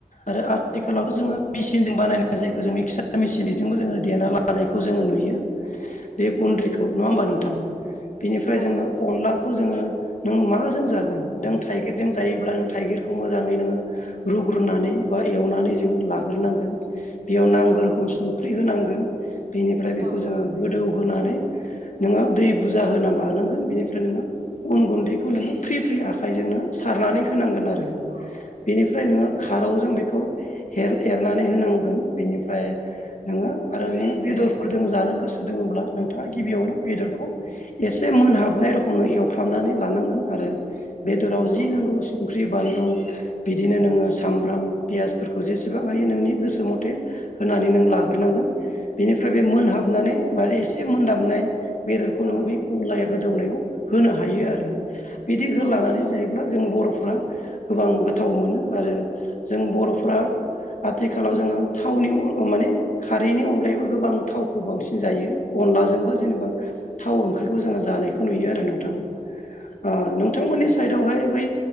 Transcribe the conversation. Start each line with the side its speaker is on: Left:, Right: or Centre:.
Left: आरो आथिखालावथ' जोङो मिचिन जों बानायनाय। जायखौ जों मिक्सार मेसिनजोंबो जोङो देना लानायखौ जोङो नुयो। बे गुन्द्रिखौ नङा होमबा नोंथां। बेनिफ्राय
Right: औ
Left: जोङो
Right: नंगौ
Left: अनलाखौ जोङो नों माजों जागोन नों थाइगिर जों जायोब्ला नों थाइगिरखौ मोजाङै नोङो। रुग्रोनानै बा एवनानै जोङो लाग्रोनांगोन। बेयाव नांगौ
Right: औ
Left: रोखोम संख्रि होनांगोन बेनिफ्राय बेखौ
Right: औ
Left: जोङो गोदौ होनानै। नोङो दै बुरजा होना लानांगोन बेनिफ्राय नोङो। अन गुन्दैखौ नोङो फ्रि फ्रि आखाइजोंनो सारनानै होनांगोन आरो।
Right: औ।
Left: बेनिफ्राय नोङो खारौजों बेखौ एरनानै होनांगोन बेनिफ्राय नोङो आरो नोङो बेदरफोरजों जानो गोसो दङब्ला नोंथाङा गिबियावनो बेदरखौ एसे मोनहाबनाय रखम एवफ्रामनानै लानांगोन आरो बेदराव जि
Right: औ नंगौ औ
Left: नांगौ संख्रि बानलु बिदिनो नोङो सामब्राम पियासफोरखौ जेसेबां हायो नोंनि गोसो मथे होनानै नों लाग्रोनांगोन बेनिफ्राय बे मोनहाबनानै बा एसे मोन हाबनाय बेदरखौ नोङो
Right: औ
Left: बै अनलाया गोदौनायाव होनो हायो आरो बिदि
Right: जोंनि
Left: होलानानै जायोबा जों बर'फ्रा गोबां गोथाव मोनो आरो जों बर'फ्रा आथिखालाव जोङो थावनि माने खारैनि अनगायैबो गोबां थावखौ बांसिन जायो। अनलाजोंबो जेनेबा थाव ओंख्रिखौ जोङो जानायखौ नुयो आरो नोंथां। ओ नोंथांमोननि साइदआवहाय बै